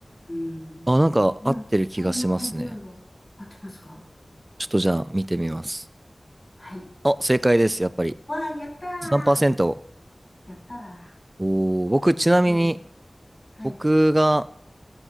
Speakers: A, on the left (about 30°); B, on the right (about 30°).
A: うん、
B: あ、なんか合ってる気がしますね。
A: うんそんな覚えが合ってますか
B: ちょっとじゃあ見てみます。
A: はい。
B: あ、正解です、やっぱり。
A: わあ、やったー。
B: 3%。
A: やったー。
B: おー、僕ちなみに、
A: 当たり。はい。
B: 僕が、